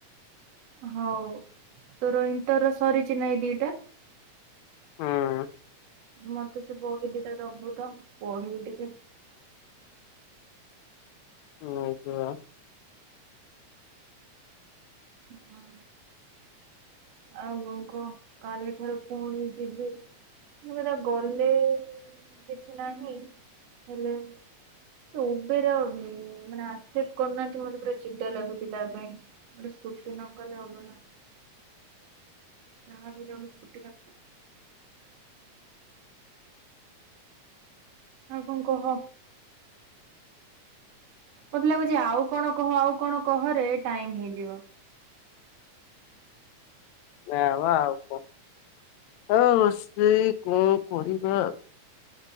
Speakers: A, on the right; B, on the left.
A: ହଉ ତୋର ଏଣ୍ଟର ସରିଚି ଚିନା ଏଇ ଦିଇଟା
B: ହୁଁ
A: ମତେ ସେ ବହି ଦିଇଟା ଦବୁ ତ ପଢିବି ଟିକେ
B: ବୁଝିବା
A: ହଁ ଆଉ କଣ କହ କାଲି ଠାରୁ ପୁଣି ଯିବି କଥା ଗଲେ ଅଉ କଣ କହ କାଲିଠାରୁ ଫୁଣୀ ଯିବି ଗଲେ କିଛି ନାହିଁ ହେଲେ ସେ ଉବେର ମାନେ ଅସପେଟ କରୁନାହାନ୍ତି ମତେ ପୁରା ଚିଡା ଲାଗୁଛି ତା ପାଇଁ ଗୋଟେ ଫୁର୍ତି ନକଲେ ହବ ନା? ଯହା ବି ହେଲେ ସ୍କୁଟି ଦରକାର ଆଉ କଣ କହ? ମୋତେ ଲାଗୁଛି ଆଉ କଣ କହ ଆଉ କଣ କହରେ ଟାଇମ ହେଇଯିବ।
B: ନା ବା ଆଉ କଣ ଅଶଛି କଣ କରିବା।